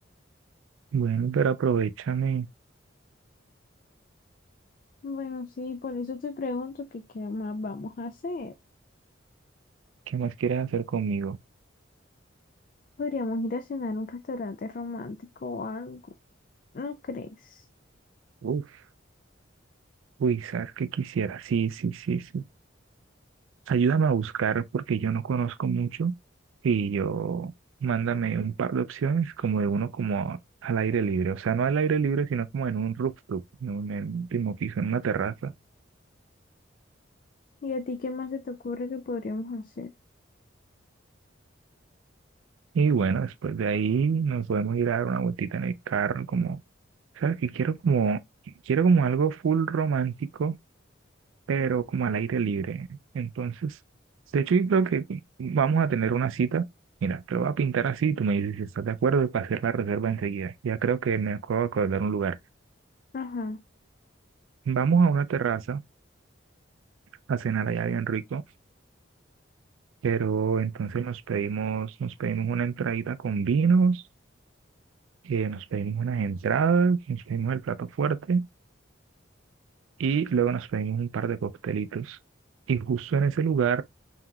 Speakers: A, on the right; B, on the left.
A: Bueno, pero aprovechame.
B: Bueno, sí, por eso te pregunto que qué más vamos a hacer.
A: ¿Qué más quieres hacer conmigo?
B: Podríamos ir a cenar a un restaurante romántico o algo. ¿No crees?
A: Uf, uy, ¿sabes qué quisiera? Sí, sí, sí, sí. Ayúdame a buscar porque yo no conozco mucho y yo mándame un par de opciones como de uno como al aire libre, o sea, no al aire libre, sino como en un rooftop, en un en un último piso, en una terraza.
B: ¿Y a ti qué más se te ocurre que podríamos hacer?
A: Y bueno, después de ahí nos podemos ir a dar una vueltita en el carro, como, ¿sabes? Que quiero como, quiero como algo full romántico pero como al aire libre. Entonces, de hecho, yo creo que vamos a tener una cita. Mira, te lo voy a pintar así y tú me dices si estás de acuerdo y para hacer la reserva enseguida. Ya creo que me acabo de acordar un lugar.
B: Ajá.
A: Vamos a una terraza a cenar allá bien rico, pero entonces nos pedimos, nos pedimos una entradita con vinos, eh, nos pedimos unas entradas, nos pedimos el plato fuerte y luego nos pedimos un par de coctelitos. Y justo en ese lugar